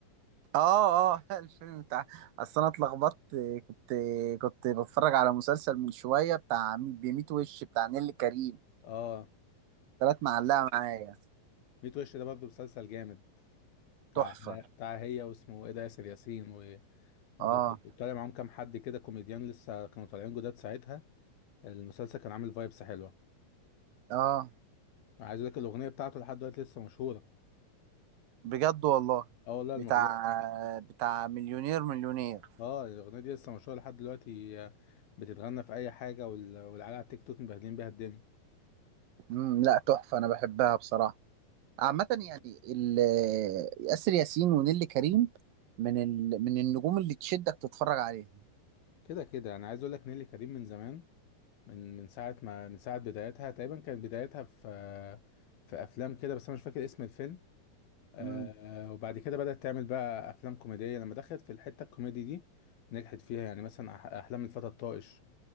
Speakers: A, on the right; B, on the left.
A: اه اه <laughs> الفيلم بتاع اصل انا اتلخبطت كنت كنت بتفرج على مسلسل من شويه بتاع بميت وش بتاع نيللي كريم
B: اه
A: طلعت معلقه معايا
B: 100 وش ده برضه مسلسل جامد بتاع
A: تحفه
B: بتاع هي واسمه ايه ده ياسر ياسين و... وجت-
A: اه
B: وطالع معاهم كام حد كده كوميديان لسه كانوا طالعين جداد ساعتها المسلسل كان عامل فايبس حلوه
A: اه
B: عايز اقول لك الاغنيه بتاعته لحد دلوقتي لسه مشهوره
A: بجد والله
B: اه والله الاغنيه
A: بتاع بتاع مليونير مليونير
B: اه الاغنيه دي لسه مشهوره لحد دلوقتي آه، بتتغنى في اي حاجه وال- والعيال على التيك توك مبهدلين بيها الدنيا
A: امم لا تحفه انا بحبها بصراحه عامه يعني ال- آسر ياسين ونيللي كريم من ال... من النجوم اللي تشدك تتفرج عليها
B: كده كده انا عايز اقول لك نيلي كريم من زمان من من ساعه ما من ساعه بدايتها تقريبا كانت بدايتها في آه، في افلام كده بس انا مش فاكر اسم الفيلم آه
A: امم
B: وبعد كده بدات تعمل بقى افلام كوميديه لما دخلت في الحته الكوميدي دي نجحت فيها يعني مثلا أح- احلام الفتى الطائش